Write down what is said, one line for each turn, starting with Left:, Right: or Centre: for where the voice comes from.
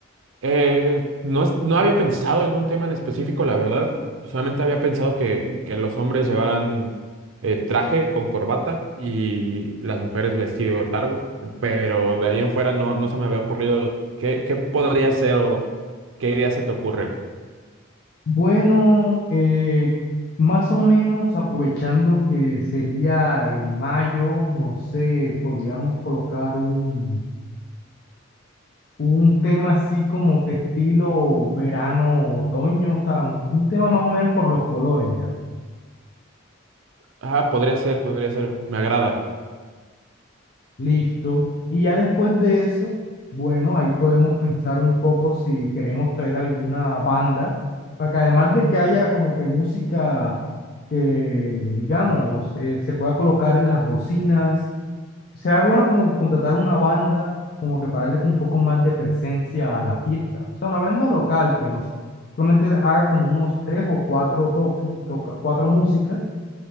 Right: Eh, no, es- no había pensado en un tema en específico, la verdad. Solamente había pensado que, que los hombres llevaran eh, traje con corbata y las mujeres vestido largo, pero de ahí en fuera no, no se me había ocurrido qué, qué podría ser o qué idea se te ocurre.
Left: Bueno, eh, más o menos aprovechando que sería en mayo, no sé, podríamos colocar un... un tema así como de estilo verano, otoño, o sea, un, un tema más o menos por los colores ya.
Right: Ah, podría ser, podría ser, me agrada.
Left: Listo. Y ya después de eso, bueno, ahí podemos pensar un poco si queremos traer alguna banda, para que además de que haya como que música que, digamos, eh, se pueda colocar en las bocinas Será bueno como contratar una banda, como que para darle como un poco más de presencia a la fiesta. O sea, una banda local que nos solamente haga como unos tres o cuatro toques, toca, cuatro músicas,